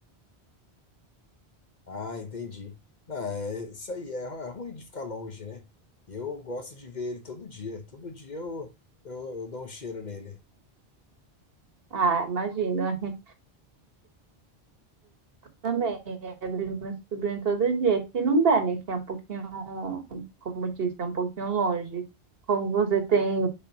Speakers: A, on the left; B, on the right.
A: Ah, entendi. Não, é isso aí, é, ru- é ruim de ficar longe, né? Eu gosto de ver ele todo dia. Todo dia eu, eu, eu dou um cheiro nele.
B: Ah, imagina, eu também. Eu vejo meu sobrinho todo dia, que não dá, né? Que é um pouquinho, como eu disse, é um pouquinho longe. Como você tem,